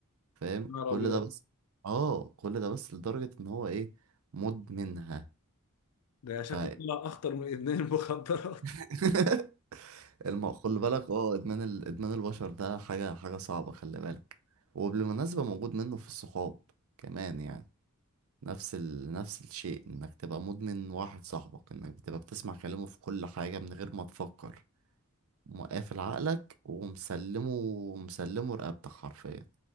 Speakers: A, on the right; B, on the left.
A: فاهم
B: نهار
A: كل
B: أبيض
A: ده بس اه كل ده بس لدرجة إن هو إيه مدمنها
B: ده شكله
A: ف
B: طلع أخطر من إدمان المخدرات
A: <laughs> الم... خلي بالك <laughs> اه ادمان ال... ادمان البشر ده حاجه حاجه صعبه خلي بالك وبالمناسبه موجود منه في الصحاب كمان يعني نفس ال...
B: <laughs>
A: نفس الشيء انك تبقى مدمن واحد صاحبك انك بتبقى بتسمع كلامه في كل حاجه من غير ما تفكر مقافل عقلك ومسلمه مسلمه رقبتك حرفيا